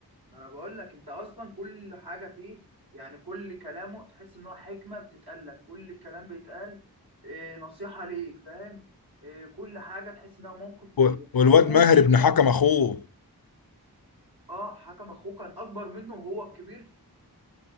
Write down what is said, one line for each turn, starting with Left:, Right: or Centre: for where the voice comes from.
Right: ما انا بقول لك انت اصلا كل حاجه فيه يعني كل كلامه تحس ان هو حكمه بتتقال لك كل كلام بيتقال إيه نصيحه ليك فاهم إيه كل حاجه تحس انها موقف بي-
Left: و- والواد
Right: شموخ
Left: ماهر ابن
Right: كده
Left: حكم اخوه
Right: اه حكم اخوه كان اكبر منه وهو الكبير